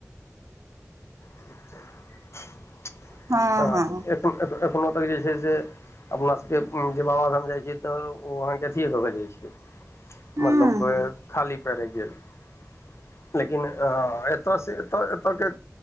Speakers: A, on the left; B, on the right.
A: <inaudible>
B: हँ
A: आ
B: हँ
A: एखन एखनो तक जे छैयसे अपना सभके जे बाबाधाम जाइ छियै तऽ ओ अहाँके अथिए दऽ कजाइ छिय
B: हँ
A: मतलब वे खाली पैरे जैवे लेकिन एतयसँ एतय एतयके